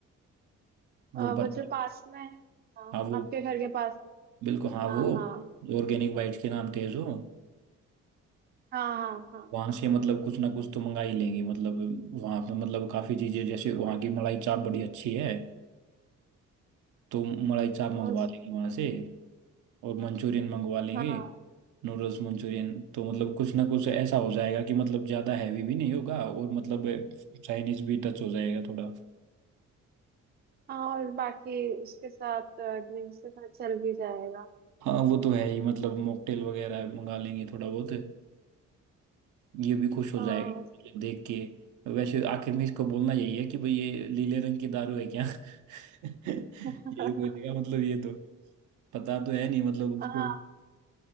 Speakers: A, on the right (about 75°); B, on the right (about 35°).
A: वो
B: अ,
A: पत्ते
B: वो जो पास में है हाँ
A: हाँ वो
B: आपके घर के पास में
A: बिल्कुल हाँ
B: हाँ
A: वो
B: हाँ
A: ऑर्गेनिक बाइट के नाम तेज हो
B: हाँ हाँ हाँ
A: वहां से मतलब कुछ ना कुछ तो मंगा ही लेंगे मतलब वहां पे मतलब काफी चीजें जैसे वहां की मलाई चाप बड़ी अच्छी है तो मलाई चाप
B: बस,
A: मंगवा लेंगे वहां से और मंचूरियन मंगवा लेंगे
B: हाँ
A: नूडल्स मंचूरियन तो मतलब कुछ ना कुछ ऐसा हो जाएगा कि मतलब ज्यादा हैवी भी नहीं होगा और मतलब चाइनीज भी टच हो जाएगा थोड़ा
B: हाँ और बाकी उसके साथ ड्रिंक्स के साथ चल भी जाएगा
A: हाँ वो तो है ही मतलब मॉकटेल वगैरह मंगा लेंगे थोड़ा बहुत ये भी खुश हो
B: हाँ
A: जाएगा देख के वैसे आखिर में इसको बोलना यही है कि भाई ये लीले रंग की दारू है क्या <laughs> यही
B: <laughs>
A: बोलेगा मतलब ये तो पता तो है नहीं मतलब उसको
B: हाँ